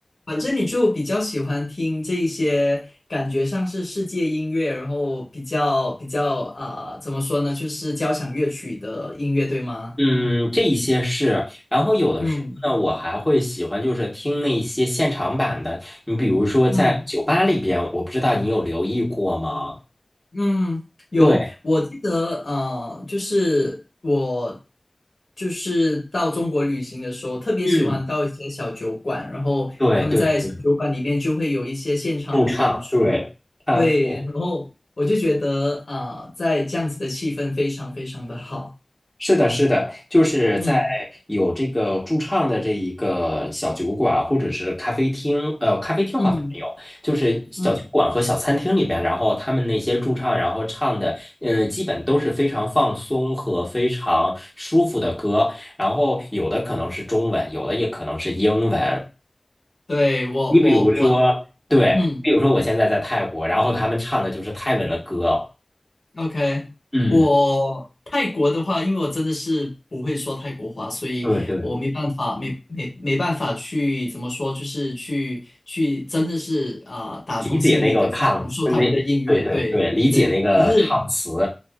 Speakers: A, on the left; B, in the centre.
A: 反正你就比较喜欢听这一些感觉上是世界音乐，然后比较比较啊、呃怎么说呢，就是交响乐曲的音乐，对吗？
B: 嗯，这一些是。然后有的时候呢，
A: 嗯
B: 我还会喜欢就是听那些现场版的，你比如说在酒吧里边，
A: 嗯。
B: 我不知道你有留意过吗？
A: 嗯，有，
B: 对，
A: 我记得，呃，就是我就是到中国旅行的时候，特别喜欢到一些小酒馆，
B: 嗯，
A: 然后他们在小酒馆里面就会有一些现场的演出，
B: 对对对，驻唱，对，他对。
A: 对，然后我就觉得，呃，在这样子的气氛非常非常的好，
B: 是的，是的，就是在有这个驻唱的这一个小酒馆或者是咖啡厅，
A: 嗯
B: 呃，咖啡厅好像没有，
A: 嗯
B: 就是小酒馆和小餐厅里边，
A: 嗯，
B: 然后他们那些驻唱，然后唱的，嗯、基本都是非常放松和非常舒服的歌，然后有的可能是中文，有的也可能是英文。
A: 对，我我我，
B: 你比如说，对，
A: 嗯。
B: 比如说我现在在泰国，然后他们唱的就是泰文的歌，
A: OK，
B: 嗯，
A: 我泰国的话，因为我真的是不会说泰国话，所以我没办法，
B: 对对。
A: 没没没办法去怎么说，就是去去真的是啊、呃打从心里的去享受他们的音乐，
B: 理解那个抗，那对对对，
A: 对对。
B: 理解那个唱词
A: 可是